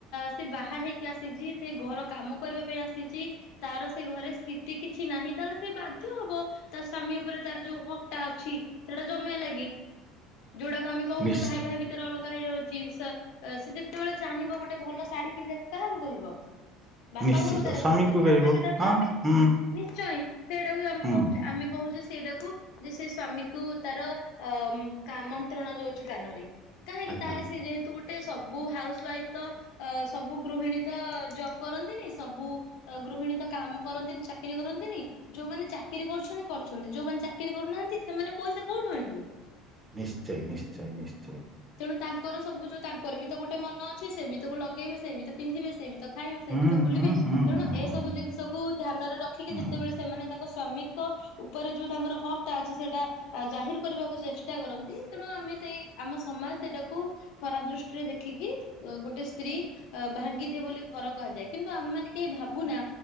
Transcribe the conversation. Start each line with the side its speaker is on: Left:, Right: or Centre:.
Left: ସେ ବା ହା ହେଇକି ଆସିଛି, ସେ ଘର କାମ କରିବା ପାଇଁ ଆସିଛି, ତାର ସେ ଘରେ ସ୍ଥିତି କିଛି ନାହିଁ ତାହେଲେ ସେ ବାଧ୍ୟ ହବ ତା ସ୍ଵାମୀ ଉପରେ ତାର ଯୋଉ ହକ୍ ଟା ଅଛି ସେଇଟା ଜମେଇଆ ଲାଗି। ଯୋଉଟାକୁ ଆମେ କହୁଛେ
Right: ନିଶ୍ଚିତ
Left: ଭାଇ ଭାଇ ଭିତେରେ ଅଲ କହିଯାଉଛି ସ ସେ ଯେତେବେଳେ ଚାହିଁବ ଗୋଟେ ଭଲ ଶାଢୀ ପିନ୍ଧିବାକୁ କାହାକୁ କହିବ? ବାପା
Right: ନିଶ୍ଚିତ
Left: ଘରକୁ ତାର
Right: ସ୍ଵାମୀକୁ
Left: କହିବନି ସେ
Right: କହିବ
Left: ଭାବେ ତା ସ୍ୱାମୀକି
Right: ହଁ ହୁଁ
Left: ନିଶ୍ଚୟ ସେଇଟାକୁ ଆମେ
Right: ହୁଁ
Left: କହୁଛେ ଆମେ କହୁଛେ ସେଇଟାକୁ ଯେ ସେ ସ୍ୱାମୀ କୁ ତାର ଅ କାମନ୍ତ୍ରଣା ଦଉଛି କାନରେ କାହିଁକି
Right: ଆଜ୍ଞା
Left: ତାହେଲେ ସେ ଯେହେତୁ ଗୋଟେ ସେ ସବୁ ହାଉସ ୱାଇଫ ତ ଅ ସବୁ ଗୃହିଣୀ ତ ଜବ କରନ୍ତିନି ସବୁ ଗୃହିଣୀତ କାମ କରନ୍ତିନି ଚାକିରି କରନ୍ତିନି ଯୋଉମାନେ ଚାକିରି କରୁଛନ୍ତି କରୁଛନ୍ତି ଯୋଉମାନେ ଚାକିରୀ କରୁନାହାନ୍ତି ସେମାନେ ପଇସା କୋଉଠୁ ଆଣିବେ?
Right: ନିଶ୍ଚୟ ନିଶ୍ଚୟ ନିଶ୍ଚ
Left: ତେଣୁ ତାଙ୍କର ସବୁ ଯୋଉ ତାଙ୍କର ବି ତ ଗୋଟେ ମନ ଅ ସେ ବି ତ କୁ ଲଗେଇବେ ସେ ବି ତ ପିନ୍ଧିବେ ସେ ବି ତ ଖାଇବେ ସେଇ
Right: ହୁଁ
Left: ବି ତ ଭୁଲିବେ
Right: ହୁଁ ହୁଁ
Left: ତେଣୁ
Right: ହୁଁ
Left: ଏସବୁ
Right: ହୁଁ ହୁଁ
Left: ଜିନିଷକୁ ଧ୍ୟାନରେ ରଖିକି
Right: ହୁଁ,
Left: ଯେତେବେଳେ ସେମାନେ ତାଙ୍କ ସ୍ୱାମୀ ଉପରେ ଯୋଉ ତାଙ୍କର ହକ୍ ଟା ଅଛି ସେଇଟା ଜାହିର କରିବାକୁ ଚେଷ୍ଟା କରନ୍ତି ତେଣୁ ଆମେ ସେଇ ଆମ ସମାଜ ସେଟାକୁ ଖରାପ ଦୃଷ୍ଟିରେ ଦେଖିକି ଗୋଟେ ସ୍ତ୍ରୀ ଭାଙ୍ଗିଦିଏ ବୋଲି ଘର କୁହାଯାଏ କିନ୍ତୁ ଆମେ ମାନେ କେହି ଭାବୁନା